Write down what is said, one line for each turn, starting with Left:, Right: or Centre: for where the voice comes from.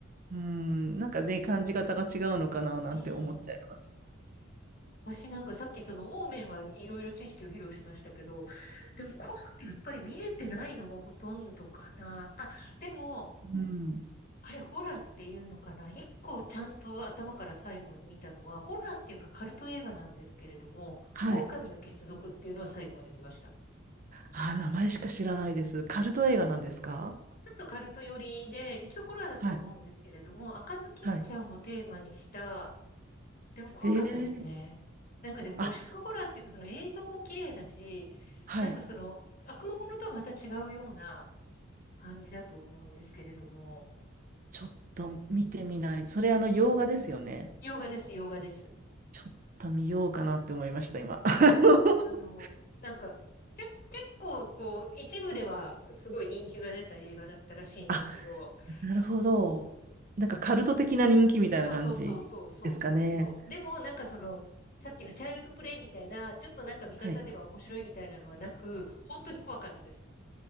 Right: うん、なんかね、感じ方が違うのかななんて思っちゃいます。
Left: うん。私なんかさっきそのオーメンはいろいろ知識を披露しましたけど、でも怖くてやっぱり見れてないのがほとんどかな。あ、でも、
Right: うん。
Left: あれホラーっていうのかな。一個ちゃんと頭から最後まで見たのは、ホラーっていうかカルト映画なんですけれども、
Right: はい。
Left: 狼の血族っていうのは最後まで見ました。
Right: あー、名前しか知らないです。カルト映画なんですか
Left: ちょっとカルト寄りで、一応ホラーだと思うんですけれども、
Right: はい。
Left: 赤ずきんちゃんをテーマにした
Right: はい。
Left: でも怖かったですね。
Right: ええ
Left: なんかでもゴシックホラーっていうかその映像も綺麗だし、
Right: あ、はい。
Left: なんかその悪魔ものとはまた違うような感じだと思うんですけれども、
Right: ちょっと見てみない。それ、あの、
Left: うん
Right: 洋画ですよね。
Left: 洋画です、洋画です。
Right: ちょっと見ようかなって思いました、今。<laughs>
Left: あの、なんかけ結構こう一部ではすごい人気が出た映画だったらしいんですけど、
Right: あのあなるほど。
Left: うん
Right: なんかカルト的な人気みたいな感じですかね。
Left: そうそうそうそうそうそうそう。でもなんかその、さっきのチャイルドプレイみたいな、ちょっとなんか見方では面白いみたいなのはなく、
Right: はい。
Left: 本当に怖かったです。